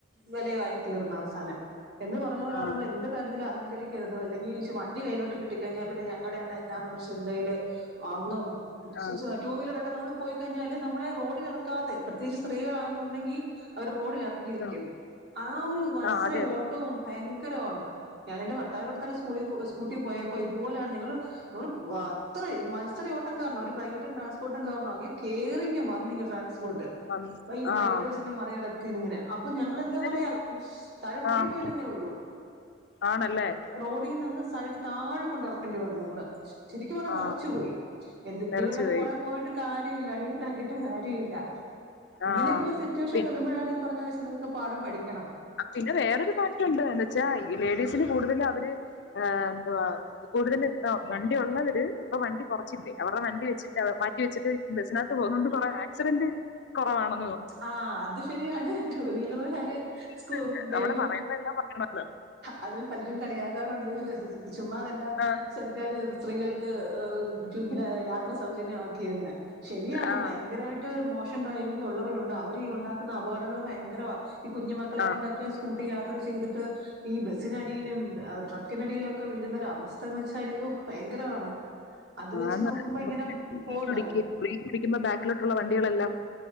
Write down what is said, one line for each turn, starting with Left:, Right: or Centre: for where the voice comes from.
Right: വിലയായി തീർന്ന അവസാനം എന്ന് പറഞ്ഞ പോലാണ്
Left: ആ
Right: നമ്മൾ എന്ത് കാര്യത്തിൽ അഹങ്കരിക്കരുത് അല്ലെങ്കിൽ <unintelligible> കയ്യിലോട്ട് കിട്ടിക്കഴിഞ്ഞാൽ പിന്നെ ഞങ്ങളടെയാണ് എല്ലാന്നുള്ള ചിന്തയിൽ അങ്ങ് ഉത്
Left: ആഹ്
Right: ടു വീലറക്കെ നമ്മൾ പോയി കഴിഞ്ഞ നമ്മള റോടിൽ എറക്കാതെ പ്രത്യേകിച്ച് സ്ത്രീകളാണുന്നുണ്ടെങ്കിൽ അവര് റോഡിൽ ഇറക്കിയിരിക്കും
Left: ആഹ്
Right: ആ ഒരു മത്സര
Left: ആഹ് അതെ അതെ
Right: ഏറ്റവും ഭയങ്കരമാണ് ഞാൻ എന്റെ ഭർത്താവിന്റെവിടെ തന്നെ സ്കൂള സ്കൂട്ടിയി പോയപ്പോ ഇതുപോലെയാണ് ഞങ്ങൾ <unintelligible> പോയി മത്സരയോട്ടം കാരണോ ഒരു പ്രൈവറ്റും ട്രാൻസ്പോർട്ടും കാരണോ അങ്ങെ കേറിങ് വന്നിങ്ങൊ ട്രാൻസ്പോട്ട്
Left: ആഹ്
Right: പഈ പ്രൈവറ്റ് ബസിനന്റെ മറികട ക്ക്ങ്ങനെ അപ്പൊ ഞങ്ങള് എന്താ പറയാ
Left: ഒരു
Right: താഴെ കുഴി
Left: ആഹ്
Right: പോയില്ലെന്നേ ഉള്ളു
Left: ആണല്ലേ
Right: റോഡിന്നങ്‌ സൈഡ് താഴെ കൊണ്ടർക്കണ്ടി വന്നു ഞങ്ങള് ശരിക്കും പറഞ്ഞാ
Left: ആഹ്
Right: വിറച്ചു പോയി എന്ത് പിന്നെ
Left: എറച്ചി
Right: ഇവരുടെക്കെ
Left: പോയി
Right: പുറ പോയിട്ട് കാര്യമില്ല അടിണ്ടാക്കിട്ട് കാര്യ ഇല്ല ഇങ്ങനെയൊക്കെള്ള
Left: ആഹ്
Right: സിറ്റുവേഷൻ
Left: പി
Right: വരുമ്പഴാണ് ഈ പറഞ്ഞ <unintelligible> ക്ക പാഠം പഠിക്കണം
Left: പിന്നെ വേറൊരു മാറ്റണ്ട് ന്നെച്ചാ ഈ ലേഡീസിന് കൂടുതൽ അവര് ഏഹ് എന്തുവാ കൂടുതല്ണ്ടാവും വണ്ടി ഉള്ളവര് ഇപ്പൊ വണ്ടി കുറച്ചില്ലേ അവരുടെ വണ്ടി വെച്ചിട്ട് മാറ്റി വെച്ചിട്ട് ബസ്സിനകത്ത് പോകുന്നോണ്ട് കുറേ ആക്സിഡന്റ് കുറവാണ്
Right: ആഹ് അത് ശരിയാണ് ട്ടൂവീലറുകാര് സ്കൂ
Left: അങ്ങനെയുണ്ട്
Right: പെൻകൊ
Left: <unintelligible>
Right: അത് പലരും കളിയാക്കാറുണ്ട് ചുമ്മാ നല്ല
Left: ആഹ്
Right: സർക്കാർ സ്ത്രീകൾക്ക് തുന്നെ യാത്ര സൗജന്യമാക്കിയന്ന് ശരിയാണ്
Left: ആഹ്
Right: ഭയങ്കരവയി ട്ട് മോഷൻ ഡ്രൈവിംഗ് ഉള്ളവരുണ്ട് അവര് ഉണ്ടാക്കുന്ന അപകടങ്ങൾ ഭയങ്കരവാ ഈ കുഞ്ഞു മക്കളെ
Left: ആഹ്
Right: കൊണ്ടൊക്കെ സ്കൂട്ടി യാത്ര ചെയ്തിട്ട് ഈ ബസ്സിനടിയിലും ഏഹ് ഡ്ര ക്കിനടിയിലൊക്കെ വീഴുന്നൊര അവസ്ഥ എന്ന് വച്ചായ്യോ ഭയങ്കരമാണ് അത് വെച്ച്
Left: ആന്ന
Right: നോക്കുമ്പോ
Left: <unintelligible>
Right: ഇങ്ങനെ പോട്ടങ്ങ്
Left: ബ്രേക്ക് പിടിക്കുമ്പോ ബാക്കിലോട്ടുള്ള വണ്ടികളെല്ലാം